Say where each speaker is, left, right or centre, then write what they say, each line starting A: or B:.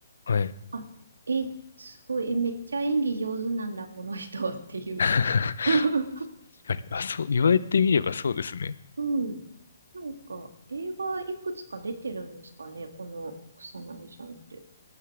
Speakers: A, on the left; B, on the right.
A: はい。
B: あ、え、すごい、え、めっちゃ演技上手なんだ、この人っていう。
A: <laughs> 確
B: <laughs>
A: かに。あ、そう、言われてみればそうですね。
B: うん。なんか、映画いくつか出てるんですかね、この草薙さんって。